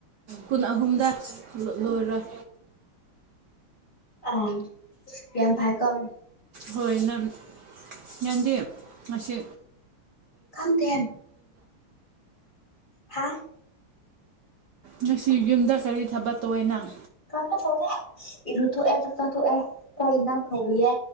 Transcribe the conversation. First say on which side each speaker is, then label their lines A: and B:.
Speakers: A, on the right; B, on the left.
A: ꯀꯨꯟ ꯑꯍꯨꯝꯗ ꯂꯣꯏꯔꯣꯏ
B: ꯑ ꯌꯥꯝ ꯐꯥꯏ ꯀꯝ
A: ꯍꯣꯏ ꯅꯟ ꯅꯟꯗꯤ ꯃꯁꯤ
B: ꯈꯪꯇꯦꯝ ꯍꯥꯥ
A: ꯉꯁꯤ ꯌꯨꯝꯗ ꯀꯔꯤ ꯊꯕꯛꯇ ꯇꯣꯋꯦ ꯅꯪ
B: ꯀꯟꯕ ꯇꯧꯗꯦ ꯏꯔꯨ ꯊꯣꯛꯑꯦ ꯆꯥꯛꯆ ꯊꯣꯑꯦ ꯆꯛ ꯑꯦꯖꯡ ꯊꯣꯡꯉꯤꯌꯦ